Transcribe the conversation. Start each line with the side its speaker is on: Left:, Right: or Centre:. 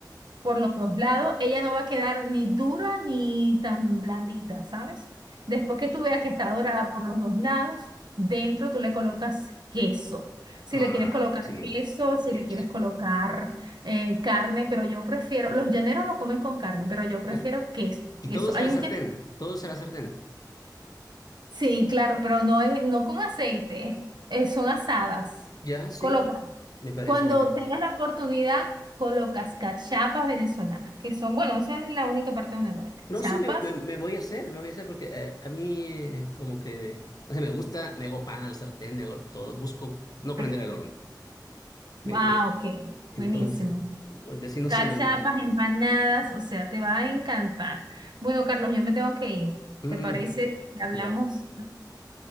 Right: por los dos lados. Ella no va a quedar ni dura ni tan blandita, ¿sabes? Después que tú veas que está dorada por los dos lados, dentro tú le colocas queso. Si
Left: Ah,
Right: le quieres colocar
Left: sí.
Right: queso, si
Left: ¿Qué
Right: le
Left: es?
Right: quieres colocar eh, carne, pero yo prefiero, los llaneros lo comen con carne, pero yo prefiero
Left: Eh,
Right: queso.
Left: Y
Right: Queso.
Left: todos
Right: Hay
Left: a la
Right: un
Left: sartén.
Right: queso
Left: Todos a la sartén.
Right: Sí, claro, pero no, en, no con aceite, es- eh, son asadas.
Left: Ya, sí.
Right: Coloca,
Left: Me parece
Right: cuando
Left: bien.
Right: tengas la oportunidad, colocas cachapas venezolanas, que son, bueno, esa es la única parte donde lo hay cachapas.
Left: No, sí, me, me, me voy a hacer, me voy a hacer porque eh, a mí eh, como que, o sea, me gusta, me hago pan al sartén, me hago todo, busco no prender
Right: Ah,
Left: el horno, el
Right: ah,
Left: bro.
Right: ok,
Left: Entonces,
Right: buenísimo.
Left: porque si no
Right: Cachapas,
Left: se, man
Right: empanadas, o sea, te va a encantar. Bueno, Carlos, yo me tengo que ir.
Left: Mm,
Right: ¿Te parece si hablamos?
Left: ya,